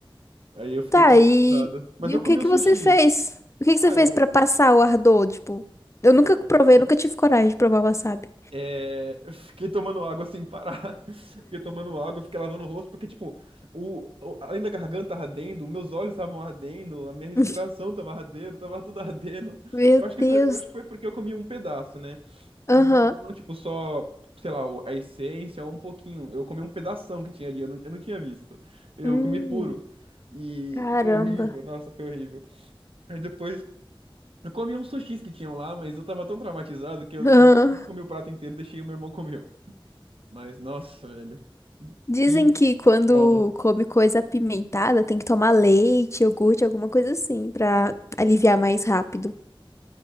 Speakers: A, on the right; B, on the left.
A: Aí eu fiquei
B: Tá,
A: traumatizado.
B: e,
A: Mas
B: e
A: eu
B: o que
A: comi
B: que
A: o sushi.
B: você fez? O que que
A: Ah,
B: você fez
A: eu,
B: pra passar o ardor? Tipo, eu
A: ah,
B: nunca
A: eu
B: provei, nunca tive coragem de provar wasabi.
A: É, eu fiquei tomando água sem parar. <laughs> Fiquei tomando água, fiquei lavando o rosto, porque, tipo, o, o- além da garganta ardendo, meus olhos estavam ardendo, a minha respiração
B: <laughs>
A: tava ardendo, tava tudo ardendo.
B: Meu
A: Eu acho que
B: Deus.
A: foi, eu acho que foi porque eu comi um pedaço, né?
B: Aham.
A: Não, não tipo, só, sei lá, o- a essência, ou um pouquinho. Eu comi um pedação que tinha ali, eu não, eu não tinha visto. Eu
B: Hum,
A: comi puro. E
B: caramba.
A: foi horrível, nossa, foi horrível. Aí depois. Eu comi uns sushis que tinham lá, mas eu tava tão traumatizado que eu
B: Aham.
A: não, não comi o prato inteiro, deixei o meu irmão comer. Mas, nossa, velho,
B: Dizem
A: que
B: que quando
A: trauma.
B: come coisa apimentada tem que tomar leite, iogurte, alguma coisa assim, pra aliviar mais rápido.